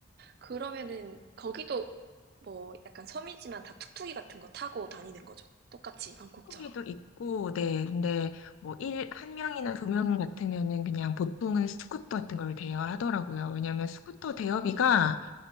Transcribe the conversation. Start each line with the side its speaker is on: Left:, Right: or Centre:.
Right: 그러면은 거기도 뭐 약간 섬이지만 다 툭툭이 같은 거 타고 다니는 거죠. 똑같이 방콕처럼.
Left: 후기도 있고 네 근데 뭐 일 한 명이나 두 명 같으면은 그냥 보통은 스쿠터 같은 걸 대여하더라고요. 왜냐면 스쿠터 대여비가
Right: 아,